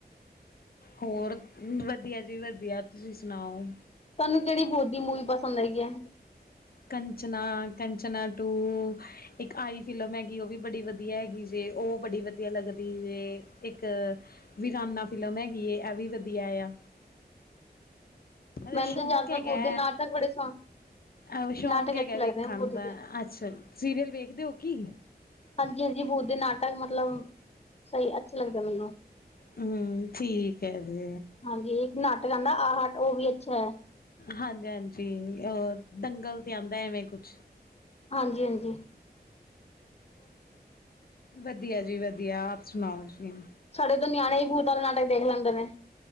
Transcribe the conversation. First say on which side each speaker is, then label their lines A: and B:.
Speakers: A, on the left (about 60°); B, on the left (about 40°).
A: ਹੋਰ ਵਧੀਆ ਜੀ ਵਧੀਆ ਤੁਸੀਂ ਸੁਣਾਓ।
B: ਤੁਹਾਨੂੰ ਕਿਹੜੀ ਬੋ ਦੀ ਮੂਵੀ ਪਸੰਦ ਹੈਗੀ ਹੈ।
A: ਕਚਨਾ ਕਚਨਾ ਟੂ, ਇੱਕ ਆਈ ਫਿਲਮ ਹੈਗੀ ਉਹ ਵੀ ਬੜੀ ਵਧੀਆ ਹੈਗੀ ਜੇ ਉਹ ਬੜੀ ਵਧੀਆ ਲੱਗਦੀ ਜੇ ਇੱਕ, ਵੀਰਾਨਾ ਫਿਲਮ ਹੈਗੀ ਏ ਇਹ ਵੀ ਵਧੀਆ ਆ, ਰ
B: ਮੈਨੂੰ
A: ਸ਼ੌਕ
B: ਤਾਂ ਜ਼ਿਆਦਾਤਰ
A: ਹੈਗਾ,
B: ਭੂਤ ਦੇ ਨਾਟਕ ਬੜੇ ਸੌ
A: ਅ ਸ਼ੌਕ
B: ਨਾਟਕ
A: ਹੈਗਾ
B: ਅੱਛੇ
A: ਵੇਖਣ
B: ਲੱਗਦੇ ਨੇ ਭੂਤ
A: ਦਾ
B: ਦੇ
A: ਅੱਛਾ ਸੀਰੀਅਲ ਵੇਖਦੇ ਹੋ ਕੀ?
B: ਹਾਂਜੀ-ਹਾਂਜੀ ਬੂਤ ਦੇ ਨਾਟਕ ਮਤਲਬ ਸਹੀ ਅੱਛਾ ਲੱਗਦਾ ਮੈਨੂੰ,
A: ਹਮ ਠੀਕ ਹੈ ਜੀ
B: ਹਾਂਜੀ ਇੱਕ ਨਾਟਕ ਆਂਦਾ ਆ ਉਹ ਵੀ ਅੱਛਾ ਹੈ।
A: ਹਾਂਜੀ-ਹਾਂਜੀ ਅਹ ਦੰਗਲ ਤੇ ਆਂਦਾ ਐਵੇਂ ਕੁਛ
B: ਹਾਂਜੀ-ਹਾਂਜੀ।
A: ਵਧੀਆ ਜੀ ਵਧੀਆ ਆਪ ਸੁਣਾਓ ਜੀ।
B: ਸਾਡੇ ਤਾ ਨਿਆਣੇ ਹੀ ਭੂਤ ਆਲਾ ਨਾਟਕ ਦੇਖ ਲੈਂਦੇ ਨੇ।